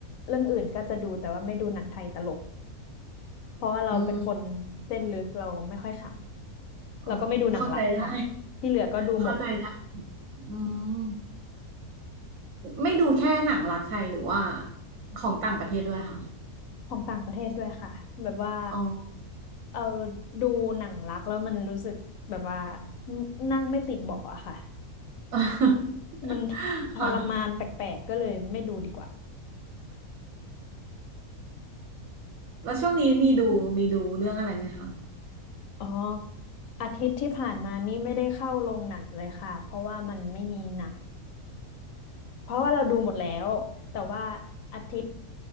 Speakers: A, on the left; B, on the right.
A: เรื่องอื่นก็จะดูแต่ว่าไม่ดูหนังไทยตลกเพราะว่าเราเป็นคนเส้นลึกเราไม่ค่อยข
B: อืม
A: ำแล้วก็ไม่ดูหนังรักค่ะ
B: อ๋อเข้าใจได้
A: ที่เหลือก็ดูหมด
B: เข้าใจได้อืมไม่ดูแค่หนังรักไทยหรือว่าของต่างประเทศด้วยค่ะ
A: ของต่างประเทศด้วยค่ะแบบว่า
B: อ๋อ
A: เอาดูหนังรักแล้วมันรู้สึกแบบว่านั่งไม่ติดเบาะอะค่ะ
B: <laughs>
A: มันทรมานแปลกๆก็เลยไม่ดูดีกว่า
B: ค่ะแล้วช่วงนี้มีดูมีดูเรื่องอะไรไหมคะ
A: อ๋ออาทิตย์ที่ผ่านมานี่ไม่ได้เข้าโรงหนังเลยค่ะเพราะว่ามันไม่มีหนังเพราะว่าเราดูหมดแล้วแต่ว่าอาทิตย์